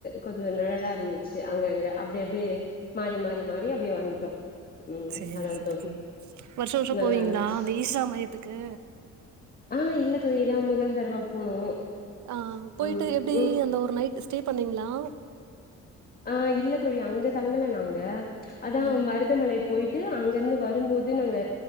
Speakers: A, on the left; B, on the right.
A: கொஞ்ச நிழலா இருந்துச்சு அங்க அங்க அப்டி அப்டியே மாறி மாறி மாறி அப்டியே வந்துட்டோ ம்
B: சேரி
A: அதா
B: சேரி
A: தோழி
B: வருஷோ வருஷோ
A: நல்லா
B: போவீங்களா
A: இருந்துச்சு
B: அந்த ஈசா மையத்துக்கு
A: ஆ இல்ல தோழி இதா முதல் தரவ போனோ
B: ஆ போய்ட்டு
A: ம்
B: எப்டி
A: ம்
B: அந்த ஒரு நைட் ஸ்டே பண்ணீங்ளா
A: ஆ இல்ல தோழி அங்க தங்கல நாங்க அதான்
B: ஆ
A: மருத் தமலை போயிட்டு அங்க இருந்து வரும்போது நாங்க